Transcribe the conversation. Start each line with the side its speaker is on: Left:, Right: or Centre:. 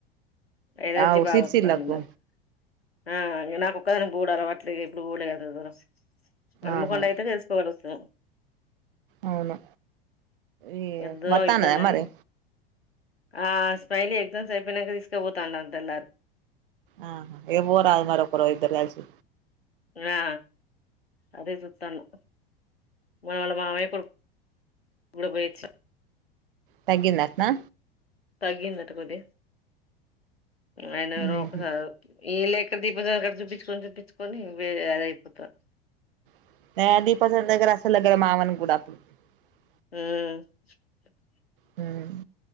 Left: ఎలర్జీ
Right: ఆవు
Left: బాగా
Right: సిర్సిల్లకు
Left: వత్తాంది మరి ఆ నాక ఒక్కదానికి బూడాల అట్లే ఇప్పుడు బూడ కదదుర మనుమకొండ
Right: ఆహా
Left: అయితే చేసుకోగలుగుచ్చు
Right: అవును ఈ
Left: ఎంత దూరం
Right: వతాన
Left: ఇబ్బందని
Right: మరి
Left: ఆ స్మైలీ ఎగ్జామ్ అయిపోయాక తీసుకుపోతా అంటున్నది
Right: ఆ ఏ పోరాదు మారప ఇధరు కల్సి
Left: ఆ అదే సుతాన్నా మనవళ మామే కొడు ప్పుడు పోయిచ్చ
Right: తగ్గిందంటన
Left: తగ్గిందట కొది ఆయన
Right: ఉహు
Left: ఒకసారి ఈ లే ఎక్కడ దీపించ అక్కడ చూపించుకొని చూపించుకొని వేరే అదయిపోతారు
Right: <unintelligible>
Left: హ్మ్మ్
Right: హ్మ్మ్